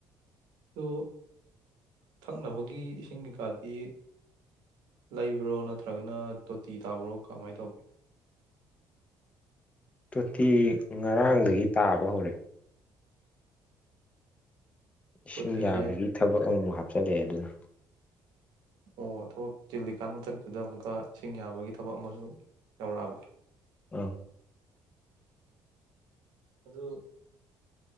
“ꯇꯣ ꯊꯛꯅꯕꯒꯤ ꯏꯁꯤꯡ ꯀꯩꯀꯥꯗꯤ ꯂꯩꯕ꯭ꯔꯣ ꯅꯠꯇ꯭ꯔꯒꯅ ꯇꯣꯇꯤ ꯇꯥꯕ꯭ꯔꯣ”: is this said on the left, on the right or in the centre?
Right